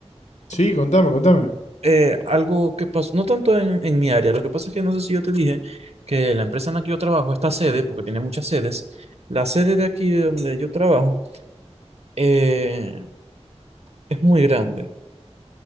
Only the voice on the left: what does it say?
Sí, contame, contame.